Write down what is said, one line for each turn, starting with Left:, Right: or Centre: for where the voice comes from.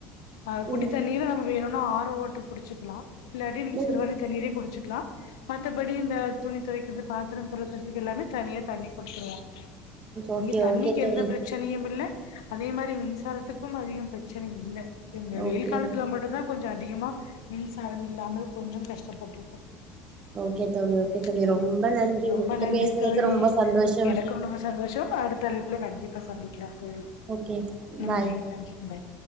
Left: அ குடி
Right: ம்
Left: தண்ணீரு நம்ம வேணுனா ஆரோ வாட்டர் புடிச்சிக்கலா இல்லாட்டி நீங்க
Right: ம்
Left: சிறுவாணி தண்ணீரே குடி ச்சுக்கலா மத்தபடி இந்த துணி தொவைக் கர்து பாத்தரோ தொலக்கர்துக்கு எல்லாமே தனியா தண்ணி குடுத்துருவாங்க
Right: ஓகே
Left: இங்க தண்ணிக்கு
Right: ஓகே தோழி
Left: எந்த பிரச்சனையுமில்ல அதே மாரி மின்சாரத்துக்கும் அதிகம் பிரச்சனயில்ல இந்த வெயில்
Right: ஓகே
Left: காலத்துல மட்டுந்தா கொஞ்ச அதிகமா மின்சாரம் இல்லாமல் கொஞ்சம் கஷ்டப்பட்ருக்கோ
Right: ஓகே தோழி ஓகே தோழி
Left: சரி
Right: ரொம்ப
Left: தோழி
Right: நன்றி
Left: ரொம்ப
Right: உங்ககிட்ட
Left: நன்றி
Right: பேசுனதுக்கு
Left: தோழி
Right: ரொம்ப சந்தோஷம்
Left: எனக்கும் ரொம்ப சந்தோஷம் அடுத் தலைப்புல கண்டிப்பா சந்திக்கலாம் தோழி
Right: ஓகே
Left: நன்றி
Right: பாய்
Left: நன்றி பாய்